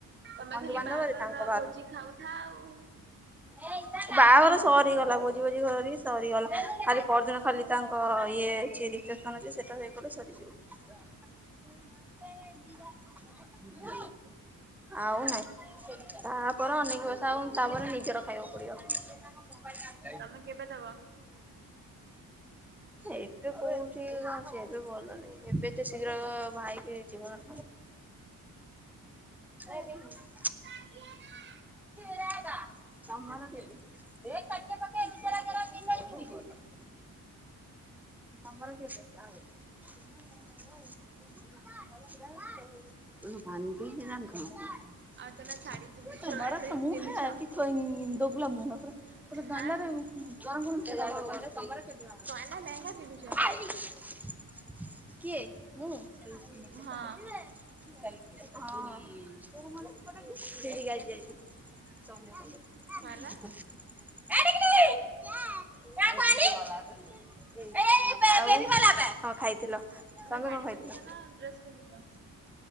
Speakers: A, on the right (about 30°); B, in the centre.
A: ତମେ
B: ବନ୍ଧୁବାନ୍ଧବରେ
A: ଖାଲି ବାହାଘରର
B: ତାଙ୍କ
A: ଭୋଜି ଖାଉଥା ଆଉ
B: ଏଇ <inaudible> ବାହାଘର ସରିଗଲା ଭୋଜି ଭୋଜି କରି ସରିଗଲା ଖାଲି ପରଦିନ ଖାଲି ତାଙ୍କ ଇଏ ରିସେପସନ ସେଟା ହେଇଗଲେ ସରିଯିବ।
A: <inaudible>
B: ଆଉ ନାଇଁ ତାପରେ ଅନେକି ବସ ଆଉ ତାପରେ ନିଜର ଖାଇବାକୁ ପଡିବ। ମୁବାଇ <inaudible> <unintelligible>
A: ତମେ କେବେ ଦବ?
B: ଏବେ ଭଲ ନାହିଁ ଏବେ ତ ଶୀଘ୍ର ଭାଇକି ଜୀବନ ଆରେ <inaudible>
A: <inaudible>
B: <unintelligible> ତମର କେବେ <unintelligible> <unintelligible> <unintelligible>
A: ଆଉ ତମେ ଶାଢୀ ପିନ୍ଧିଛ ନା ଡ୍ରେସ ପିନ୍ଧିଛ
B: <unintelligible>
A: ହାଁ କଣ ହେଲା ଲେହେଙ୍ଗା ପିନ୍ଧିଛ?
B: କିଏ ମୁଁ?
A: ହଁ
B: ହଁ ସେକ ଆଜି
A: କଣ ହେଲା
B: <unintelligible> <unintelligible> <inaudible> କଣ ଖାଇଥିଲ ତମେ
A: ଶାଢୀ
B: କଣ ଖାଇଥିଲ।
A: ପିନ୍ଧୁଛ ନା ଡ୍ରେସ ପିନ୍ଧୁଛ?